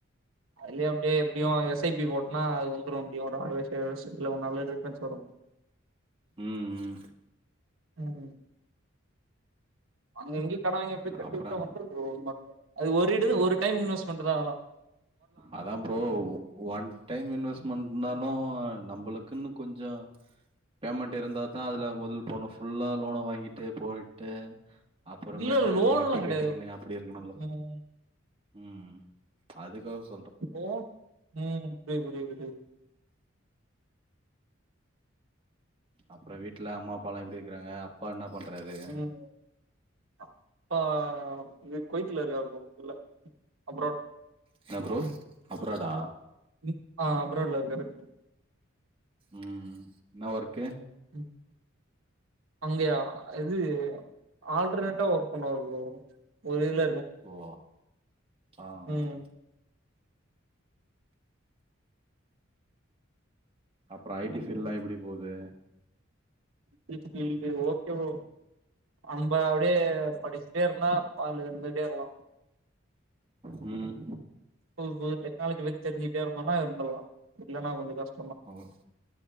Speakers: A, on the right; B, on the right.
A: அதுவே அப்டியே எப்டியு எஸ் ஐ பி ஓட்னா அது வந்துடு எப்டியு ஒரு ஆறு வருஷ ஏழு வருஷத்துல நல்ல டிஃப்ரெண்ஸ் வரு
B: ம் ம்
A: ம் அங்க இங்கயு கடன் வாங்கி அப்டியே பெரட்டி
B: அப்றோ
A: வுட்டா வந்துரு ப்ரோ நமக்கு அது ஒரு இடுது ஒரு டைம் இன்வெஸ்ட்மெண்ட்தா அதலா
B: அதா ப்ரோ ஒன் டைம் இன்வெஸ்ட்மெண்ட்னாலு நம்பளுக்குன்னு கொஞ்சோ பேமெண்ட் இருந்தாதா அதுல மொதல் போணு ஃபுல்லா லோன வாங்கிட்டு போய்ட்டு அப்புறமேட்டா
A: இல்ல லோன்லா
B: நீ வட்டி
A: கெடையாது
B: கட்டிக்குனு அப்டி இருக்கணு ப்ரோ
A: ம்
B: ம் அதுக் ஒசோ
A: ப்ரோ ம் புரிது புரிது புரி
B: அப்றோ வீட்ல அம்மா அப்பாலா எப்டி இருக்கிறாங்க அப்பா என்னா பண்றாரு
A: ம் அப்பா இது கொய்த்துல இருக்காரு ப்ரோ இல அப்ராட்
B: என்னா ப்ரோ அப்ராடா
A: ம் ஆ அப்ராட்ல இருக்காரு
B: ம் என்னா வொர்க்கு
A: ம். அங்கயா இது ஆல்டர்னேட்டா ஒர்க் பண்ணுவாரு ப்ரோ வெளில
B: ஓ ஆ ஆம்
A: ம்
B: அப்றோ ஐ டி ஃபீல்ட்லா எப்டி போது
A: I T field okay bro நம்ப அப்டியே படிச்ட்டே இருந்தா பால் இருந்துட்டே இருக்கலா
B: ம்
A: புது புது டெக்னாலஜி பத்தி தெரிஞ்சிட்டே இருந்தோன்னா இருந்தலா இல்லனா கொஞ்ச கஷ்
B: ஓ